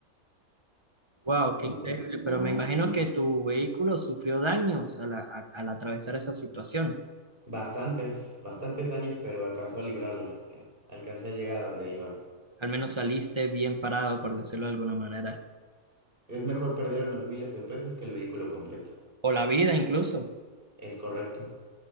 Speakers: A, on the right; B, on the right.
A: Wow,
B: Es
A: qué
B: un
A: increíble,
B: tema.
A: pero me imagino que tu vehículo sufrió daños al, a- al atravesar esa situación.
B: Bastantes, bastantes daños, pero alcanzó a librarla. <laughs> Alcancé a llegar a donde iba.
A: Al menos saliste bien parado, por decirlo de alguna manera,
B: Es mejor perder unos miles de pesos que el vehículo completo.
A: o la vida incluso.
B: Es correcto.